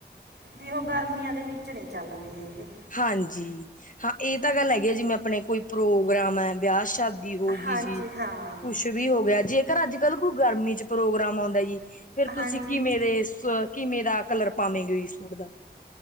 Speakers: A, on the right; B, on the left.
A: ਬੀ ਓਹ, ਗਰਮੀਆਂ ਦੇ ਵੀਚ ਨਈ ਚੱਲਦੇ ਹੈਗੇ।
B: ਹਾਂਜੀ, ਹਾਂ ਏ ਤਾਂ ਗੱਲ ਹੈਗੀ ਜਿਮੇ ਆਪਣੇ ਕੋਈ ਪ੍ਰੋਗਰਾਮ ਐ ਬੇਆ ਸਾ਼ਦੀ ਹੋ ਗਈ
A: ਹਾਂਜੀ
B: ਜੀ ਕੁਛ
A: ਹਾਂ
B: ਵੀ ਹੋ ਗੇਆ, ਜੇਕਰ ਅੱਜ-ਕੱਲ੍ਹ ਕੋਈ ਗਰਮੀ ਚ ਪ੍ਰੋਗਰਾਮ ਆਂਓਦਾ ਜੀ ਫੇਰ
A: ਹਾਂਜੀ
B: ਤੁਸੀਂ ਕਿਵੇਂ ਦੇ ਸ ਕਿਵੇਂ ਦਾ ਕਲਰ ਪਾਨੇ ਹੈ ਜੀ ਸੂਟ ਦਾ?